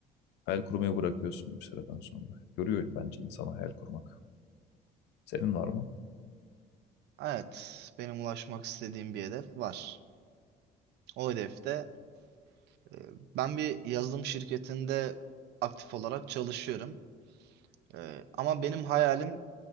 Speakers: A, on the left (about 90°); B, on the right (about 80°).
A: hayal kurmayı bırakıyorsun bir süreden sonra. Görüyor bence insana hayal kurmak. Senin var mı?
B: Evet, benim ulaşmak istediğim bir hedef var. O hedefte e, ben bir yazılım şirketinde aktif olarak çalışıyorum. E, ama benim hayalim